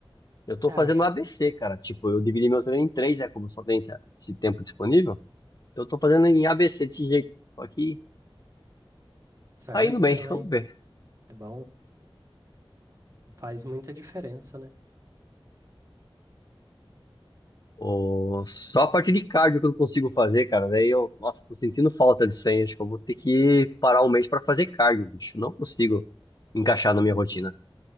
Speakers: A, on the left (about 45°); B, on the right (about 35°).
A: Eu tô
B: É, acho
A: fazendo ABC, cara. Tipo, eu dividi meu treino em três, é Como só tem esse esse tempo disponível. Então, eu tô fazendo em ABC desse jeito. Só que
B: que serve
A: tá indo bem,
B: também.
A: <laughs> vamos ver.
B: É bom, faz muita diferença, né?
A: Ô, só a parte de cardio que eu não consigo fazer, cara. Daí eu, nossa, tô sentindo falta disso aí. Acho que eu vou ter que parar um mês pra fazer cardio, bicho. Não consigo encaixar na minha rotina.